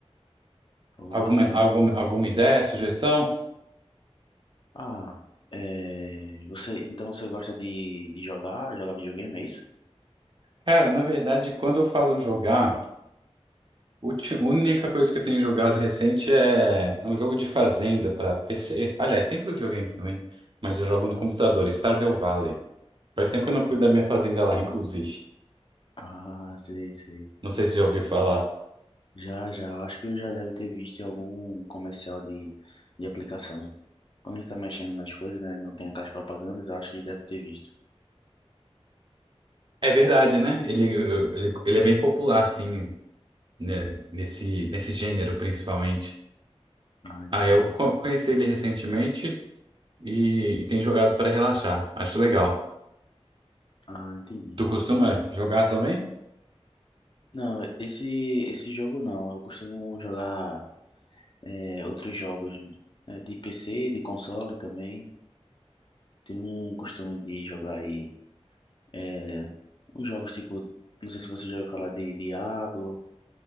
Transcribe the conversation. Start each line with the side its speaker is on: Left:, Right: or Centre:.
Left: pô,
Right: Alguma,
Left: bacana.
Right: alguma, alguma ideia, sugestão?
Left: Ah, é, você, então você gosta de, de jogar, jogar videogame, é isso?
Right: Cara, na verdade, quando eu falo jogar, ulti- a única coisa que eu tenho jogado recente é, é um jogo de fazenda para PC. Aliás, tem para videogame também, mas eu jogo no computador, Stardew Valley. Faz tempo que eu não cuido da minha fazenda lá, <laughs> inclusive.
Left: Ah, sei, sei.
Right: Não sei se já ouviu falar.
Left: Já, já, acho que eu já deve ter visto em algum comercial de, de aplicação. Quando a gente tá mexendo nas coisas, né, não tem aquelas propagandas, eu acho que deve ter visto.
Right: É verdade, né? Ele, ele, ele é bem popular, sim, né? Nesse, nesse gênero, principalmente.
Left: Ah, entendi.
Right: Ah, eu co- conheci ele recentemente e, e tenho jogado para relaxar. Acho legal.
Left: Ah, entendi.
Right: Tu costuma jogar também?
Left: Não, esse, esse jogo não, eu costumo jogar é, outros jogos é, de PC, de console também. Tem um costume de jogar aí é, uns jogos tipo, não sei se você já ouviu falar de Diablo,